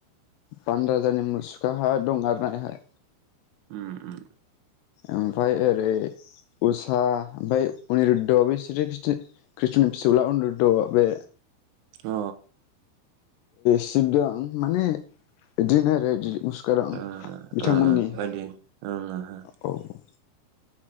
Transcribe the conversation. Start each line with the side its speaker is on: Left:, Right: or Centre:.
Left: बानरा जानि फुजानि मुसुखाहा दं आरोना एहाय
Right: उम उम
Left: ओमफाय ओरै उसा ओमफाय अनिरुद्र बै स्रि खृष्णनि फिसौला अनिरुद्र बे
Right: अ
Left: सिब दं माने बिदिनो आरो मुसुखा दं
Right: ओ
Left: बिथांमोननि
Right: ओ ओ बायदि ओं ओहो
Left: औ औ